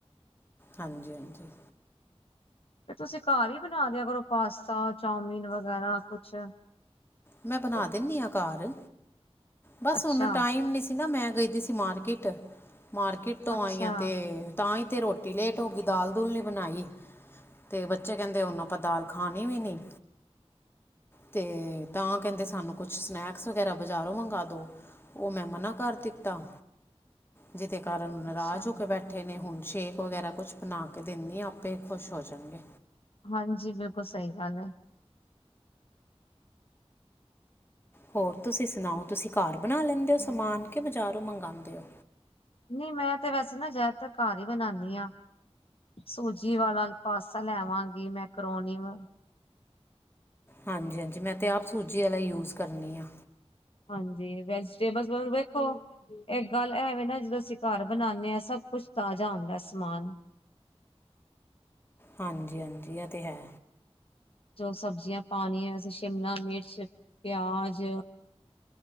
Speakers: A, on the left; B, on the left.
A: ਹਾਂਜੀ-ਹਾਂਜੀ।
B: ਫੇਰ ਤੁਸੀਂ ਘਰ ਹੀ ਬਣਾ ਦਿਆ ਕਰੋ ਪਾਸਤਾ ਚਾਮੀਨ ਵਗੈਰਾ ਕੁਛ,
A: ਮੈਂ ਬਣਾ
B: ਤੇ-
A: ਦਿੰਦੀ ਹਾਂ ਘਰ ਬਸ
B: ਅੱਛਾ,
A: ਹਣ ਟਾਈਮ ਨਹੀਂ ਸੀ, ਸੀ ਨਾ ਮੈਂ ਗਈ ਦੀ ਸੀ ਮਾਰਕੀਟ ਮਾਰਕੀਟ ਤੋਂ
B: ਅੱਛਾ,
A: ਆਈ ਆ ਤੇ ਤਾਂ ਹੀ ਤੇ ਰੋਟੀ ਲੇਟ ਹੋ ਗਈ ਦਾਲ ਦੁਲ ਨੀ ਬਣਾਈ। ਤੇ ਬੱਚੇ ਕਹਿੰਦੇ ਹੁਣ ਆਪਾਂ ਦਾਲ ਖਾਣੀ ਵੀ ਨੀ ਤੇ ਤਾਂ ਕਹਿੰਦੇ ਸਾਨੂੰ ਕੁਛ ਸਨੈਕਸ ਵਗੈਰਾ ਬਜ਼ਾਰੋਂ ਮੰਗਾਵਾ ਦਿਉ ਉਹ ਮੈਂ ਮਨਾ ਕਰ ਦਿੱਤਾ। ਜਿਹਦੇ ਕਾਰਨ ਨਰਾਜ
B: ਅੱਛਾ
A: ਹੋ ਕੇ ਬੈਠੇ ਨੇ ਹੁਣ ਸ਼ੇਕ ਵਗੈਰਾ ਕੁਛ ਬਣਾ ਕੇ ਦਿੰਦੇ ਹਾ ਆਪ ਆਪੇ ਖ਼ੁਸ਼ ਹੋ ਜਾਣਗੇ।
B: ਹਾਂਜੀ, ਬਿਲਕੁਲ ਸਹੀ ਗੱਲ ਹੈ।
A: ਹੋਰ ਤੁਸੀਂ ਸੁਣਾਓ ਤੁਸੀਂ ਘਰ ਬਣਾ ਲੈਂਦੇ ਹੋ ਸਮਾਨ ਕਿ ਬਜ਼ਾਰੋਂ ਮੰਗਾਵਾਉਂਦੇ ਹੋ।
B: ਨਹੀ ਮੈਂ ਤੇ ਵੈਸੇ ਨਾ ਜ਼ਿਆਦਾਤਰ ਘਰ ਹੀ ਬਣਾਉਂਦੀ ਹਾਂ। ਸੂਜੀ ਵਾਲਾ ਪਾਸਤਾ ਲੈਵਾਂਗੀ ਮੈਂਕਰੋਨੀ ਵ
A: ਹਾਂਜੀ-ਹਾਂਜੀ, ਮੈਂ ਤਾਂ ਆਪ ਸੂਜੀ ਵਾਲਾ ਯੂਜ਼ ਕਰਨੀ ਆ।
B: ਹਾਂਜੀ, ਵੈਜੀਟੇਬਲ ਵੇਖੋ, ਇੱਕ ਗੱਲ ਐਵੇ ਨਾ ਜਦੋਂ ਅਸੀਂ ਘਰ ਬਣਾਉਦੇ ਹਾਂ ਸਭ ਕੁਛ ਤਾਜ਼ਾ ਆਉਂਦਾ ਸਮਾਨ।
A: ਹਾਂਜੀ-ਹਾਂਜੀ, ਇਹ ਤੇ ਹੈ।
B: ਜੋ ਸਬਜ਼ੀਆਂ ਪਾਣੀਆਂ, ਅਸੀਂ ਸ਼ਿਮਲਾ ਮਿਰਚ, ਪਿਆਜ